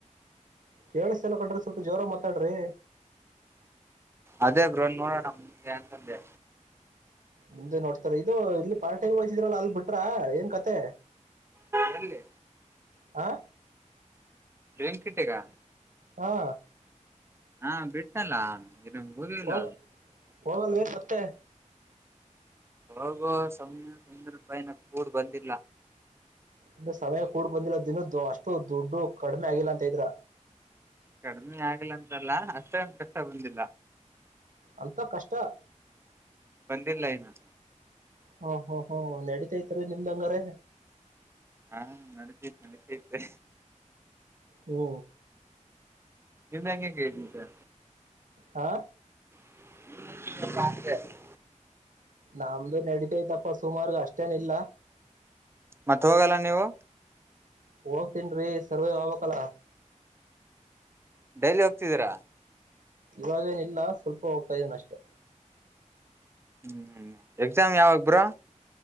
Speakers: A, on the right (about 80°); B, on the right (about 20°).
A: ಕೇಳುಸ್ತಲ ಕಟ್ಟ್ರೀ ಸ್ವಲ್ಪ ಜೋರಾಗಿ ಮಾತಾಡ್ರೀ.
B: ಅದೇ ಬ್ರೋ ನೋಡೋಣ ಮುಂದೆ ಅಂತಂದೆ.
A: ಮುಂದೆ ನೋಡ್ತಾರೆ ಇದು ಇಲ್ಲಿ ಪಾರ್ಟೈಮ್ ಹೋಗ್ತಿದ್ರಲ್ಲ ಅಲ್ ಬಿಟ್ರ ಏನ್ ಕತೆ.
B: ಎಲ್ಲಿ
A: ಹಾ
B: <unintelligible> ಕಟ್ಟೆಗ.
A: ಹಾ
B: ಹಾ ಬಿಟ್ಟನಲ್ಲ ಇನ್ನು ಹೋಗೆ ಇಲ್ಲ.
A: ಹೋಗ ಹೋಗಲ್ವೇನ್ ಮತ್ತೆ.
B: ಹೋಗುವ ಸ ಸುಂಮ್ಯ ಕೂಡ್ ಬಂದಿಲ್ಲ.
A: ಇನ್ನು ಸಮಯ ಕೂಡ್ ಬಂದಿಲ್ಲ ದಿನುದ್ದು ಅಷ್ಟು ದುಡ್ಡು ಕಡಿಮೆ ಆಗಿಲ್ಲ ಅಂತ ಇದಿರ.
B: ಕಡಿಮಿ ಆಗಿಲ್ಲ ಅಂತಲ್ಲ ಅಷ್ಟೋಂದು ಕಷ್ಟ ಬಂದಿಲ್ಲ.
A: ಅಂತ ಕಷ್ಟ.
B: ಬಂದಿರ್ಲ್ಲ ಇನ್ನು.
A: ಹಾ ಹೋ ಹೋ ನಡಿತೈತ್ರಿ ನಿಮ್ದ ಹಂಗಾರೆ.
B: ಹಾ ನಡಿತೀತ್ ನಡತೀತೆ.
A: ಹೋ.
B: ನಿನ್ನೆಂಗೆ ಕೇಟ್ಟಿದ್ದ.
A: ಹಾ
B: <unintelligible>
A: ನಮ್ದು ನಡೀತೈತಪ್ಪ ಸುಮಾರು ಅಷ್ಟೇನ್ ಇಲ್ಲ.
B: ಮತ್ತ್ ಹೋಗಲ್ಲ ನೀವು.
A: ಹೋಗ್ತೀನ್ ರೀ ಸರ್ವೇ ಹೋಗ್ ಬೇಕಲ್ಲ.
B: ಡೈಲಿ ಹೋಗ್ತಿದ್ದೀರಾ.
A: ಇವಾಗೇನ ಇಲ್ಲ ಸ್ವಲ್ಪ ಹೋಗ್ತಾ ಇದೀನ ಅಷ್ಟೇ.
B: ಹ್ಮ್ ಹ್ಮ್ ಎಕ್ಸಾಮ್ ಯಾವಾಗ ಬ್ರೋ.